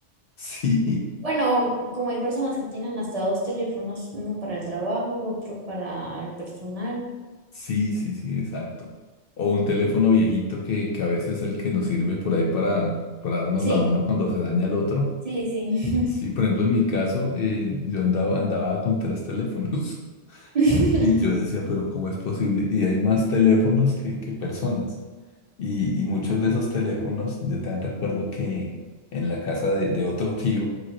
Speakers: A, on the left (about 60°); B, on the right (about 35°).
A: Sí,
B: Bueno, como hay personas que tienen hasta dos teléfonos, uno para el trabajo, otro para el personal.
A: sí, sí, sí, exacto. O un teléfono viejito que, que a veces es el que nos sirve por ahí para, para darnos
B: Sí,
A: la mano cuando se daña el otro.
B: sí, sí.
A: Sí, por ejemplo, en mi caso, eh, yo andaba, andaba con tres teléfonos
B: <laughs>
A: <laughs> y yo decía, pero ¿cómo es posible? Y hay más teléfonos que, que personas. Y, y muchos de esos teléfonos, yo también recuerdo que en la casa de, de otro tío,